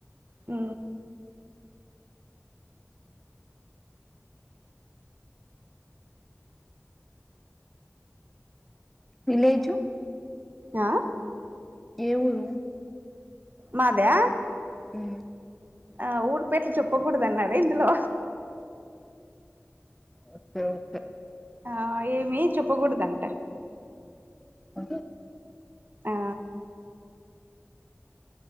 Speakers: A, on the right (about 40°); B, in the centre.
A: అ
B: విలేజు
A: ఆ
B: ఏ ఊరు
A: మాదా
B: హ్మ్మ్
A: ఆ ఊరి పేరు చెప్పకూడదు అన్నారా ఇందులో
B: ఓకే ఓకే
A: ఆ ఏమి చెప్పకూడదంట
B: అ
A: ఆ